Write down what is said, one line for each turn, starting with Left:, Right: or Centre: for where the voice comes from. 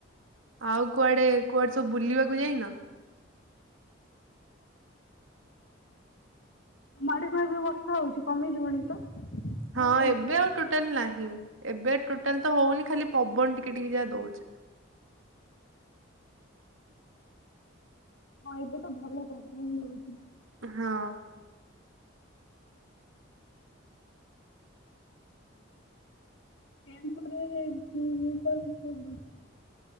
Right: ଆଉ କୁଆଡେ କୁଆଡେ ସବୁ ବୁଲିବାକୁ ଯାଇନ?
Left: ତମ ଆଡି <unintelligible> ହଉଛି କମିଯିବନି ତ?
Right: ହଁ
Left: ନା ହଉଛି?
Right: ଏବେ ଆଉ ଟୋଟାଲ ନାହିଁ ଏବେ ଟୋଟାଲ ତ ହଉନି ଖାଲି ପବନ ଟିକେ ଟିକେ ଯାହା ଦଉଛି।
Left: ହଁ ଏବେ ତ ଭଲ ପବନ୍ ଦଉଛି।
Right: ହଁ।
Left: ଟେଣ୍ଠରେ କରୁଥିଲି।